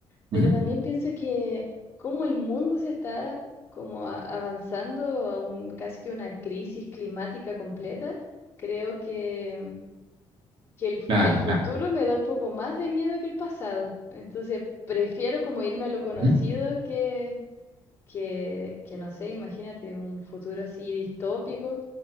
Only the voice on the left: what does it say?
Pero también pienso que como el mundo se está como a- avanzando a un, casi que una crisis climática completa, creo que que el,
el futuro
me da un poco más de miedo que el pasado. Entonces, prefiero como irme a lo conocido
que, que, que no sé, imagínate un futuro así distópico,